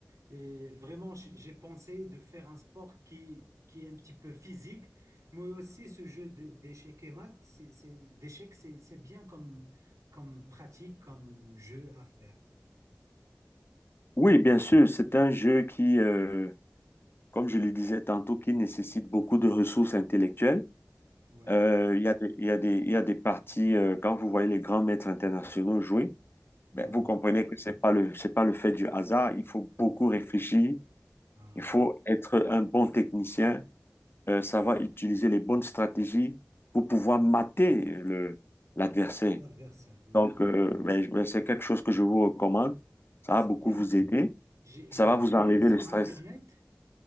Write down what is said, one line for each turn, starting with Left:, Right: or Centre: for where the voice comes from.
Right: Et vraiment, j- j'ai pensé de faire un sport qui, qui est un petit peu physique, mais aussi ce jeu de- d'échecs et maths, c'est, c'est- d'échecs, c'est, c'est bien comme, comme pratique, comme jeu à faire.
Left: Oui, bien sûr, c'est un jeu qui, euh, comme je le disais tantôt, qui nécessite beaucoup de ressources intellectuelles.
Right: Ouais.
Left: Euh, Il y a des, il y a des, il y a des parties, euh, quand vous voyez les grands maîtres internationaux jouer, ben,
Right: Ah oui.
Left: vous comprenez que c'est pas le, c'est pas le fait du hasard. Il faut beaucoup réfléchir.
Right: Ah
Left: Il faut
Right: oui.
Left: être un bon technicien, euh, savoir utiliser les bonnes stratégies pour pouvoir mater le,
Right: Le-
Left: l'adversaire.
Right: L'adversaire, oui,
Left: Donc,
Right: oui.
Left: euh, ben, je- ben, c'est quelque chose que je vous recommande. Ça
Right: C'est
Left: va beaucoup
Right: bien.
Left: vous aider.
Right: J'ai j'ai
Left: Ça va
Right: trouvé
Left: vous enlever
Right: sur
Left: le stress.
Right: Internet.